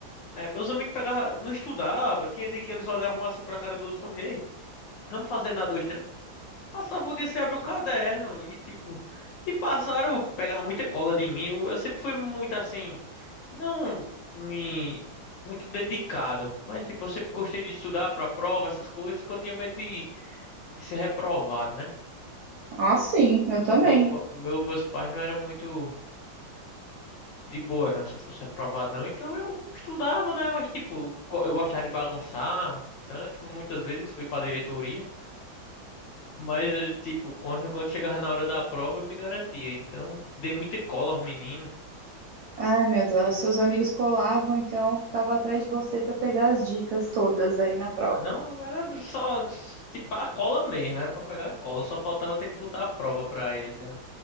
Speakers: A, on the left; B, on the right.
A: É, meus amigos pegavam, não estudavam, tinha dia que eles olhavam um assim pra cara do outro e faziam, ei, vamos fazer nada hoje não? Passava o dia sem abrir o caderno e tipo. E passaram, pegava muita cola de mim. Eu, eu sempre fui muito assim. não me muito dedicado, mas tipo, eu sempre gostei de estudar para prova, essas coisas, que eu tinha medo de, de ser reprovado, né?
B: Ah, sim, eu também.
A: Meu, pa- meu, meus pais não eram muito de boa, não, se eu fosse reprovado, não. Então eu estudava, né? Mas tipo, go- eu gostava de bagunçar, tanto que muitas vezes fui para diretoria. Mas, eh, tipo, quando, quando chegava na hora da prova, eu me garantia. Então, dei muita cola aos meninos.
B: Ai, meu Deus, seus amigos colavam, então eu ficava atrás de você para pegar as dicas todas aí na prova.
A: Não, era só tipo a cola mesmo, era pra pegar a cola, só faltava ter que botar a prova pra eles dar.